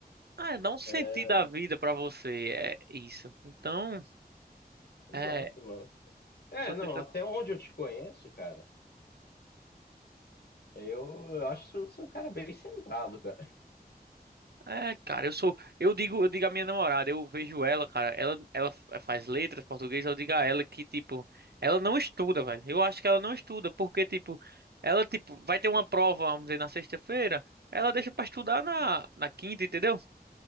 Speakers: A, on the right (about 80°); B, on the left (about 80°).
A: Ah, dá um sentido
B: É,
A: à vida pra você. É isso. Então,
B: exato,
A: é.
B: mano. É,
A: Você
B: não, até onde eu te conheço, cara, eu, eu acho que você é um cara bem centrado, cara.
A: É, cara, eu sou. Eu digo, eu digo à minha namorada, eu vejo ela, cara. Ela, ela faz letras português, eu digo a ela que, tipo, ela não estuda, velho. Eu acho que ela não estuda, porque, tipo, ela, tipo, vai ter uma prova, vamos dizer, na sexta-feira. Ela deixa pra estudar na, na quinta, entendeu?